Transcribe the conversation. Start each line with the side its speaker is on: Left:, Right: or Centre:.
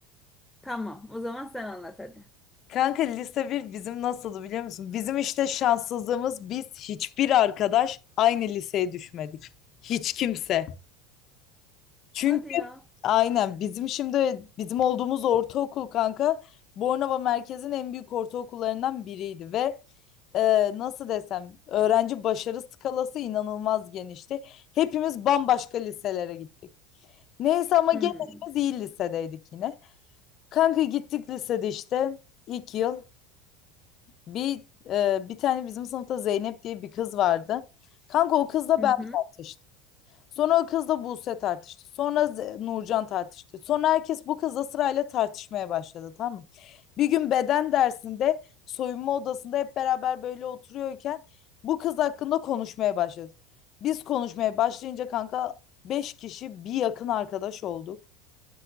Centre: Tamam. O zaman sen anlat hadi.
Left: Kanka lise bir bizim nasıldı biliyor musun? Bizim işte şanssızlığımız biz hiçbir arkadaş aynı liseye düşmedik. Hiç kimse. Çünkü
Centre: Hadi ya.
Left: aynen bizim şimdi bizim olduğumuz ortaokul kanka Bornova merkezin en büyük ortaokullarından biriydi ve e, nasıl desem öğrenci başarı skalası inanılmaz genişti. Hepimiz bambaşka liselere gittik. Neyse ama
Centre: Hmm.
Left: genelimiz iyi lisedeydik yine. Kanka gittik lisede işte ilk yıl. Bir e, bir tane bizim sınıfta Zeynep diye bir kız vardı. Kanka o kızla
Centre: Hı
Left: ben
Centre: hı.
Left: tartıştım. Sonra o kızla Buse tartıştı. Sonra Z- Nurcan tartıştı. Sonra herkes bu kızla sırayla tartışmaya başladı tamam mı? Bir gün beden dersinde soyunma odasında hep beraber böyle oturuyorken bu kız hakkında konuşmaya başladık. Biz konuşmaya başlayınca kanka 5 kişi bir yakın arkadaş olduk.